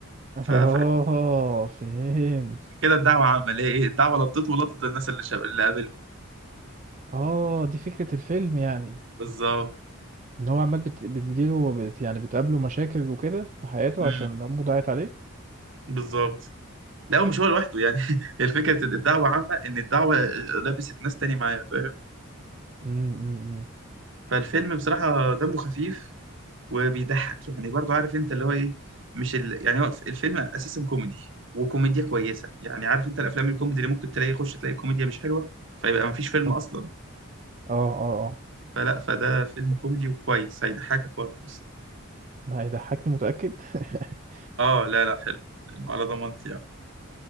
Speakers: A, on the right; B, on the right.
A: <laughs>
B: ف...
A: اه
B: ف...
A: فهم
B: كده الدعوة عمل ايه الدعوة لطت ولطت الناس اللي شا... اللي قابلهم
A: اه دي فكرة الفيلم يعني
B: بالظبط
A: ان هو عمال بت... بتجيله وبت... يعني بتقابله مشاكل وكده في حياته
B: امم
A: عشان امه ضاعت عليه
B: بالظبط لا ومش هو لوحده يعني <laughs> الفكره الدعوه عامه ان الدعوه لبست ناس تاني معايا فاهم
A: مم. مم. مم.
B: فالفيلم بصراحه دمه خفيف وبيضحك يعني برضو عارف انت اللي هو ايه مش ال... يعني هو الفيلم اساسا كوميدي وكوميديا كويسه يعني عارف انت الافلام الكوميدي اللي ممكن تلاقي يخش تلاقي كوميديا مش حلوه فيبقى ما فيش فيلم
A: اه
B: اصلا
A: اه اه آه.
B: فلا فده فيلم كوميدي وكويس هيضحكك وهتتبسط
A: ما هي ضحكتي متأكد <laughs>
B: اه لا لا حلو حلو على ضمانتي يعني